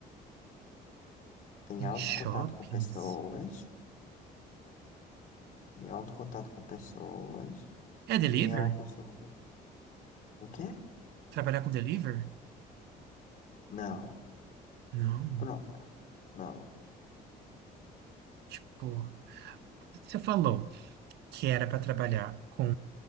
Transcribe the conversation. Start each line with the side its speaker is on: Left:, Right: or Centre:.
Left: Tem
Right: Em
Left: alto
Right: shoppings?
Left: contato com pessoas, tem alto contato com pessoas,
Right: É deliver?
Left: e é uma pessoa. O quê?
Right: Trabalhar com deliver?
Left: Não.
Right: Não.
Left: Pronto. Não.
Right: Tipo, você falou que era para trabalhar com